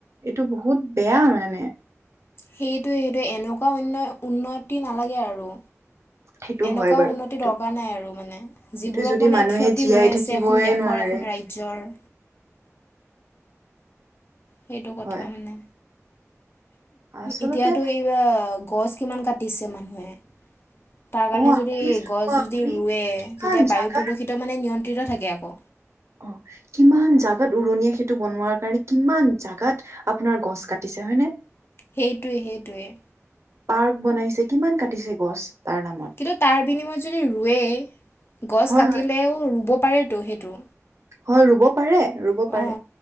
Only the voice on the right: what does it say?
এইটো বহুত বেয়া মানে।
সেইটো
হয় বাৰু
সেইটো
সেইটো
যদি
মানুহে
জীয়াই
থাকিবয়ে
নোৱাৰে
হয়
আচলতে
অ
আপুনি চাব
আপুনি
কিমান
জাগা
অ, কিমান জোগাত উৰণীয়া সেইটো বনোৱাৰ কাৰণে কিমান জোগাত আপোনাৰ গছ কাটিছে হয়নে?
পাৰ্ক বনাইছে কিমান কাটিছে গছ তাৰ নামত।
হয়
হয়
হয়, ৰুব পাৰে। ৰুব পাৰে